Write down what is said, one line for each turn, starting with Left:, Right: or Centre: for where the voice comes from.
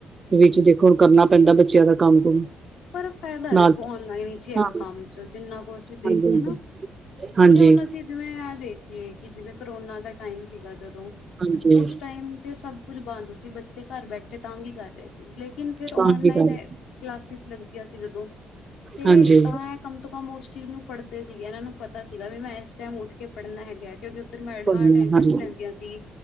Left: ਹਮ
Right: ਵਿੱਚ ਦੇਖੋ ਕਰਨਾ ਪੈਂਦਾ ਬੱਚਿਆਂ ਦਾ ਕੰਮ ਕੁਮ
Left: ਪਰ ਫਾਇਦਾ
Right: ਨਾਲ
Left: ਦੇਖੋ ਔਨਲਾਈਨ ਵਿਚ ਹੀ ਹੈਗਾ
Right: ਹਾਂ
Left: ਕੰਮ ਚ ਜਿੰਨਾ ਕੁ ਅਸੀਂ ਦੇਖੀਏ
Right: ਹਾਂਜੀ
Left: ਨਾ
Right: ਹਾਂਜੀ
Left: ਕਿਉਂਕਿ ਹੁਣ ਅਸੀਂ ਜਵੇਂ ਦੇਖੀਏ ਕਿ ਜਿਵੇਂ ਕਰੋਨਾ ਦਾ ਟਾਈਮ ਸੀਗਾ ਜਦੋਂ
Right: ਹਾਂਜੀ
Left: ਉਸ
Right: ਹਾਂਜੀ
Left: ਟਾਈਮ ਤੇ ਸਭ ਕੁਝ ਬੰਦ ਸੀ ਬੱਚੇ ਘਰ ਬੈਠੇ ਤੰਗ ਹੀ ਕਰ ਰਹੇ ਸੀ ਲੇਕਿਨ ਫੇਰ ਓਨਨਲਾਈਨ
Right: ਤਾਂ ਕੀ ਗੱਲ
Left: ਕਲਾਸਿਸ ਲੱਗਦੀਆਂ ਸੀ, ਜਦੋਂ ਤੇ
Right: ਹਾਂਜੀ
Left: ਤਾਂ ਇਹ ਕਮ ਤੋਂ ਕਮ ਉਸ ਚੀਜ਼ ਨੂੰ ਪੜ੍ਹਦੇ ਸੀਗੇ ਇਹਨਾਂ ਨੂੰ ਪਤਾ ਸੀਗਾ ਵੀ ਮੈਂ ਇਸ ਟਾਈਮ ਉੱਠ ਕੇ ਪੜ੍ਹਨਾ ਹੈਗਾ। ਕਿਉਂਕਿ ਉੱਧਰ ਮੈਡਮਾਂ
Right: ਪੜ੍ਹਨਾ
Left: ਅਟੈਂਡੈਂਸ
Right: ਹਾਂਜੀ
Left: ਲੈਂਦੀਆਂ ਸੀ,